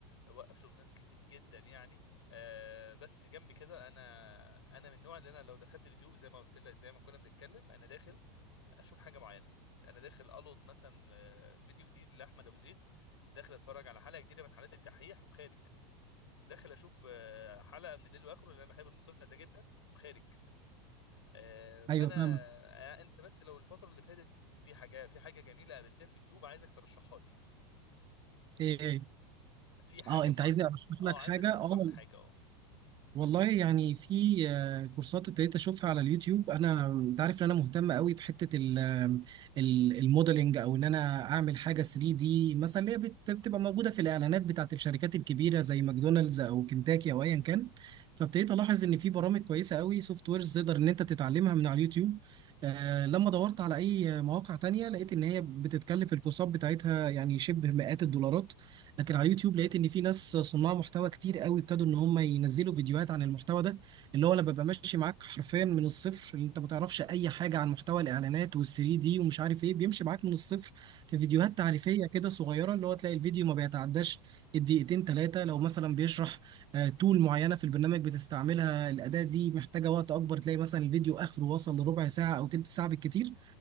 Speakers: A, on the left (about 85°); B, on the right (about 35°).
A: وقف شغل ناس كتير جدا يعني آه بس جنب كده انا انا من النوع اللي انا لو دخلت اليوتيوب زي ما قلت لك زي ما كنا بنتكلم انا داخل اشوف حاجه معينه انا داخل القط مثلا آه، فيديو جديد لاحمد ابو زيد داخل اتفرج على حلقه جديده من حلقات الدحيح وخارج داخل اشوف آه، حلقه من الليل واخره لان انا بحب المسلسل ده جدا وخارج آه، فانا
B: ايوه فاهمك
A: آه، انت بس لو الفتره اللي فاتت في حاجه في حاجه جميله قابلتها في اليوتيوب عايزك ترشحها لي
B: ايه ايه
A: في حاجه
B: اه انت
A: معينه
B: عايزني ارشح
A: اه
B: لك
A: عايزك
B: حاجه
A: ترشح
B: اه
A: لي حاجه اه
B: والله يعني في آه، كورسات ابتديت اشوفها على اليوتيوب انا انت عارف ان انا مهتم قوي بحته ال ال- الموديلنج او ان انا اعمل حاجه 3 دي مثلا اللي هي بت- بتبقى موجوده في الاعلانات بتاعت الشركات الكبيره زي ماكدونالدز او كنتاكي او ايا كان فابتديت الاحظ ان في برامج كويسه قوي سوفت ويرز تقدر ان انت تتعلمها من على اليوتيوب آه لما دورت على اي مواقع تانية لقيت ان هي بتتكلف الكورسات بتاعتها يعني شبه مئات الدولارات لكن على اليوتيوب لقيت ان في ناس صناع محتوى كتير قوي ابتدوا ان هم ينزلوا فيديوهات عن المحتوى ده اللي هو انا ببقى ماشي معاك حرفيا من الصفر اللي انت ما تعرفش اي حاجه عن محتوى الاعلانات وال3 دي ومش عارف ايه بيمشي معاك من الصفر في فيديوهات تعريفيه كده صغيره اللي هو تلاقي الفيديو ما بيتعداش الدقيقتين ثلاثه لو مثلا بيشرح آه، تول معينه في البرنامج بتستعملها الاداه دي محتاجه وقت اكبر تلاقي مثلا الفيديو اخره وصل لربع ساعه او تلت ساعه بالكتير